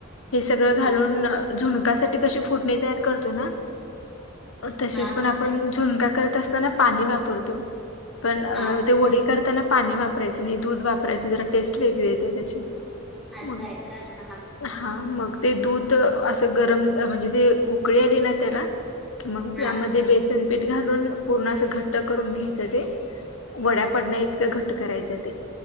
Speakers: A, on the left; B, in the centre.
A: हे सगळं घालून
B: हा
A: अ झुणकासाठी कशी फोडणी तयार करतोय ना तशीच
B: हा
A: पण, आपण झुणका करत असताना पाणी वापरतो. पण
B: हा
A: ते वडी करताना पाणी वापरायचं नाही, दूध वाप तर याची जरा टेस्ट वेगळी येते, त्याची
B: असं
A: मग
B: आहे का हा
A: हा मग. ते दूध असं गरम म्हणजे ते उकळी आली ना, त्याला मग
B: हा
A: त्यामध्ये बेसन पीठ घालून पूर्ण असं घट्ट करून घ्यायचं ते. वड्या पडण्या इतकं घट्ट करायचं ते.